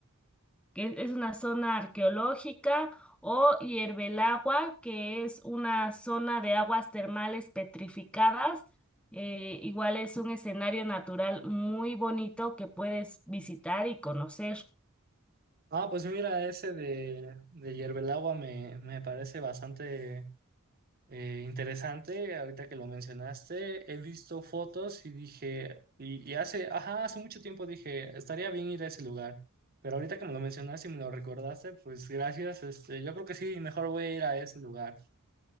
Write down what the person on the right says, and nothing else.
Ah, pues mira, ese de, de Hierve el Agua me, me parece bastante Eh, interesante, ahorita que lo mencionaste, he visto fotos y dije, y, y hace, ajá, hace mucho tiempo dije, estaría bien ir a ese lugar, pero ahorita que me lo mencionaste y me lo recordaste, pues gracias, este, yo creo que sí, mejor voy a ir a ese lugar.